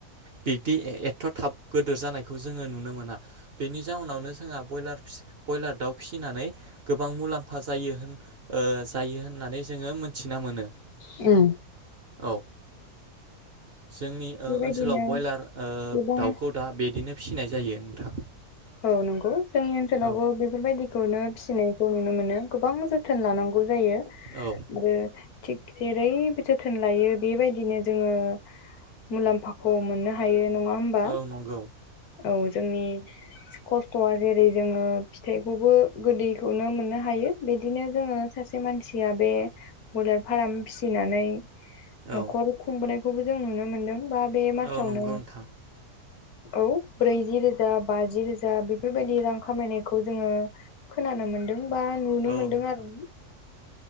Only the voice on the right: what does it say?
बिब्दि ए एथ' थाब गोदोर जानायखौ जोङो नुनो मोना बेनि जाउन जोंना ब्रयलार दाउ फिसिनानै गोबां मुलाम्फा जायो जायो। बेयो होन्नानै जोङो मोनथिना मोनो।
औ जोंनि
ओ ओनसोलाव बयलार ओ
दाउखौ दा बिदिनो फिसिनाय जायो नोंथां
औ
औ
औ नंगौ
औ
औ नंगौ नोंथां
औ
नोंथां